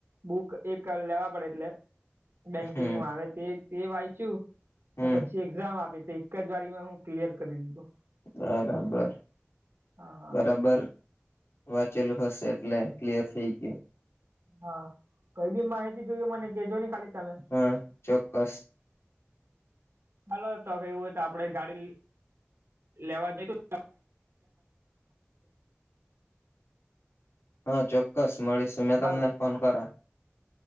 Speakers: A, on the right; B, on the left.
A: બુક એક લેવા પડે એટલે બેંકિંગ
B: હમ
A: નું આવે તે-તે વાંયચું
B: હમ
A: ને પછી એક્ઝામ આપી તે એક જ વારીમાં હું ક્લિયર કરી દીધો.
B: બરાબર-બરાબર.
A: હા
B: વાંચેલું હશે એટલે ક્લિયર થઈ ગયું.
A: હા. કંઈ બી માહિતી જોઈએ મને કેજો ને ખાલી તમે
B: હા, ચોક્કસ.
A: ચાલો તો હવે એવું હોય તો આપણેે ગાડી લેવા <unintelligible>
B: હા ચોક્કસ મળીશું. મેં તમને
A: ચાલો
B: ફોન કરા.